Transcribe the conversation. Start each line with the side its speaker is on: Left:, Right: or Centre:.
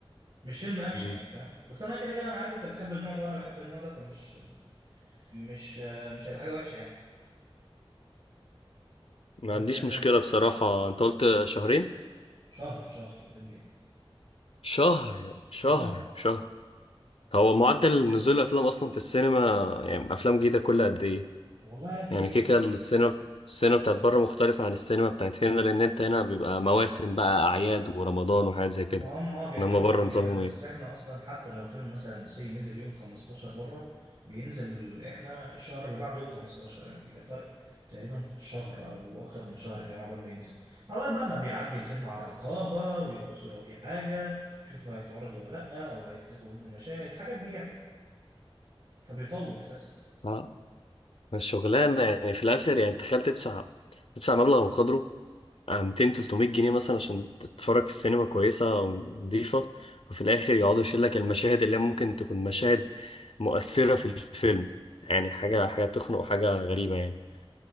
Right: مش فيلم اكشن
Left: مم.
Right: يعني فاهم بس انا كده كده انا عارف انت بتحب النوع ده وانا بحب النوع ده فمش مش مش هيبقى حاجه وحشه يعني
Left: ما
Right: ولا
Left: عنديش
Right: انت شايف
Left: مشكلة
Right: ايه
Left: بصراحة انت قلت شهرين
Right: شهر شهر شهرين ليه
Left: شهر شهر
Right: اه
Left: شهر هو معدل نزول الافلام اصلا في السينما يعني افلام جديدة كل قد ايه
Right: والله يا ابني
Left: يعني كيكا السينما السينما بتاعت بره مختلفة عن السينما بتاعت هنا لان انت هنا بيبقى مواسم بقى اعياد ورمضان وحاجات زي كده
Right: ما هم اه بيعتمدوا
Left: انما بره
Right: على
Left: نظامهم
Right: كده بس احنا اصلا حتى لو فيلم مثلا سي نزل يوم 15 بره بينزل احنا الشهر اللي بعده يوم 15 يعني بيبقى فرق تقريبا شهر او اكتر من شهر كمان عبال ما ينزل عبال بقى ما بيعدي الفيلم على الرقابة ويبصوا لو في حاجة يشوفوا هيتعرض ولا لأ او هيحذفوا منه مشاهد الحاجات دي يعني فبيطول اساسا
Left: ايه الشغلانة يعني في الآخر يعني تخيل تدفع تدفع مبلغ وقدره آه، 200 300 جنيه مثلا عشان تتفرج في سينما كويسة ونظيفة وفي الآخر يقعدوا يشيل لك المشاهد اللي ممكن تكون مشاهد مؤثرة في الفيلم يعني حاجة حاجة تخنق وحاجة غريبة يعني